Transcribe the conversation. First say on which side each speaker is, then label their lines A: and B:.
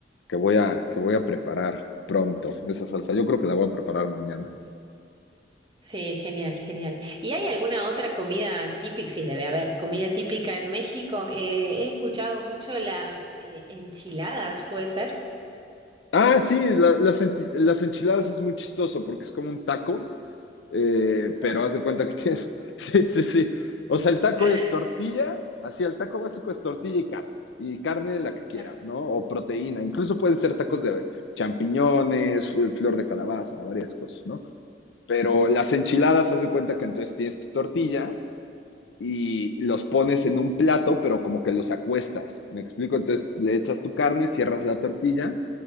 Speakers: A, on the left; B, on the right.
A: que voy a, que voy a preparar pronto, esa salsa. Yo creo que la voy a preparar mañana.
B: Sí, genial, genial. ¿Y hay alguna otra comida típica? Sí, debe haber comida típica en México. Eh, he escuchado mucho las eh, enchiladas, ¿puede ser?
A: Ah, sí, la- las, enti- las enchiladas es muy chistoso porque es como un taco, eh, pero
B: Ah.
A: haz de cuenta que tienes, <laughs> sí, sí, sí. O sea, el taco
B: <laughs>
A: es tortilla, así el taco básico es tortilla y carne, y carne la que quieras,
B: Ajá.
A: ¿no? O proteína, incluso pueden ser tacos de champiñones, eh, flor de calabaza, varias cosas, ¿no? Pero las enchiladas, haz de cuenta que entonces tienes tu tortilla y los pones en un plato, pero como que los acuestas, ¿me explico? Entonces le echas tu carne, cierras la tortilla